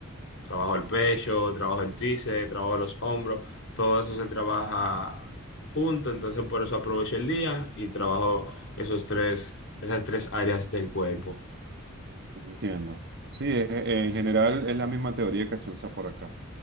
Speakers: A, on the left (about 60°); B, on the right (about 50°).
A: Trabajo el pecho, trabajo el tríceps, trabajo los hombros. Todo eso se trabaja junto, entonces por eso aprovecho el día y trabajo esos tres, esas tres áreas del cuerpo.
B: entiendo. Sí, e- e- en general es la misma teoría que se usa por acá.